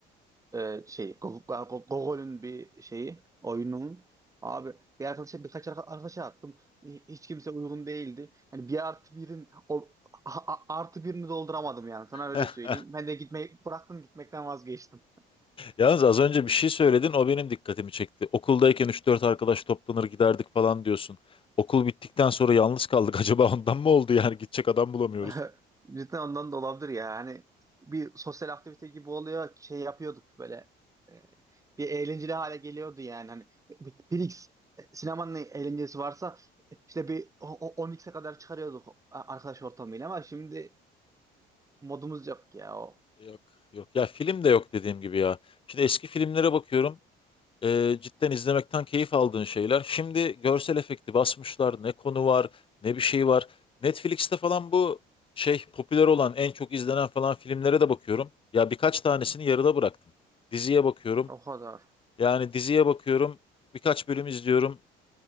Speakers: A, on the right; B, on the left.
A: e, şey Go- Go- Gogol'ün bir şeyi oyunun abi bir arkadaşa birkaç arka- arkadaşa attım Hi- hiç kimse uygun değildi yani bir artı birin o a- a- artı birini dolduramadım yani sana öyle
B: <laughs>
A: söyleyeyim ben de gitmeyi bıraktım gitmekten vazgeçtim
B: Yalnız az önce bir şey söyledin o benim dikkatimi çekti. Okuldayken üç dört arkadaş toplanır giderdik falan diyorsun. Okul bittikten sonra yalnız kaldık. <laughs> Acaba ondan mı oldu yani gidecek adam bulamıyoruz.
A: <laughs> Cidden ondan da olabilir ya. Hani bir sosyal aktivite gibi oluyor. Şey yapıyorduk böyle. e, bir eğlenceli hale geliyordu yani. Hani bir, bir X e, sinemanın eğlencesi varsa e, işte bir o- o- 10x'e kadar çıkarıyorduk a- arkadaş ortamıyla ama şimdi modumuz yok ya o.
B: Yok yok ya film de yok dediğim gibi ya. Şimdi eski filmlere bakıyorum. e, cidden izlemekten keyif aldığın şeyler. Şimdi görsel efekti basmışlar. Ne konu var, ne bir şey var. Netflix'te falan bu şey popüler olan, en çok izlenen falan filmlere de bakıyorum. Ya birkaç tanesini yarıda bıraktım. Diziye bakıyorum.
A: O kadar.
B: Yani diziye bakıyorum. Birkaç bölüm izliyorum.